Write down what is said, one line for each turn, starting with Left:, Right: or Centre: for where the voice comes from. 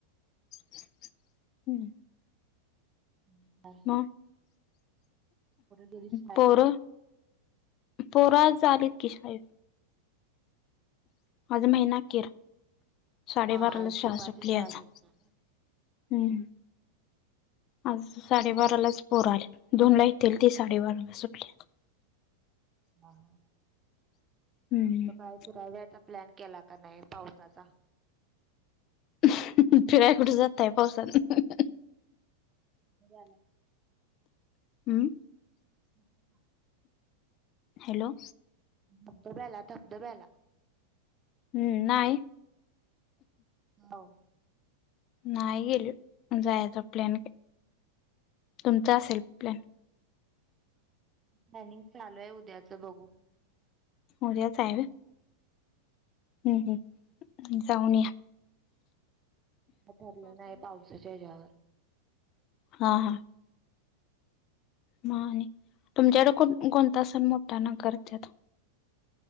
Left: <inaudible> हम्म.
Right: <unintelligible> क्काय
Left: <inaudible>
Right: गेली शाळेला
Left: पर पोरं आज आलीत की शाळेत आज महिना क्केर. साडेबारालाच
Right: म आज
Left: शाळा
Right: दुपारची
Left: सुटली
Right: शाळा
Left: आज
Right: सुटते.
Left: <inaudible> हम्म. आज साडेबारालाच पोरं आले. दोन ला येत्तील ते साडेबाराला सुटलीएत
Right: आहो
Left: हम्म
Right: सकाळी फिरा्याचा प्लॅन केलाता मी पावसाचा
Left: अंह्हह फिरयला कुठं जाताय पावसात अह्हहह
Right: जालं.
Left: हम्म
Right: <unintelligible>
Left: हॅलो.
Right: धबधब्याला धबधब्याला
Left: हम्म, नाही.
Right: हो.
Left: न्हाही गयेलो. जायचा प्लॅन ह्हे. तुमचा असेल प्लॅन?
Right: प्लॅनिंग चालू आहे उद्याचं, बघू
Left: उद्याचय व्हय? हं हं जाऊनया
Right: काय ठरलं नाही पावसाच्या हेज्यावर
Left: हा हा. म आणि? तुमच्याकडं कोण कोणता सण मोट्ट्यानं करत्यात?